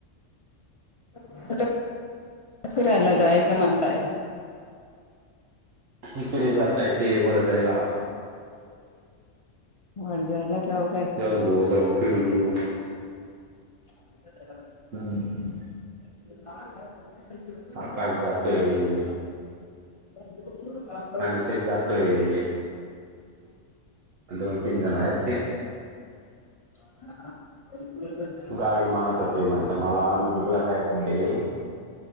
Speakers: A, on the left; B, on the right.
A: <inaudible> फिरायला जायचं म्हणताय?
B: इकडे जाताय ते वडजायला.
A: <inaudible> वडजायला काव
B: चल बो जाऊ फिरन येऊ.
A: <inaudible>
B: हम्.
A: <unintelligible>
B: आकाश जातोय अनिकेत जातोय दोन तीन जण हायत ते.
A: <unintelligible> <unintelligible>
B: गाडी मागत होती म्हटलं मला मिटिंगला जायचं ए.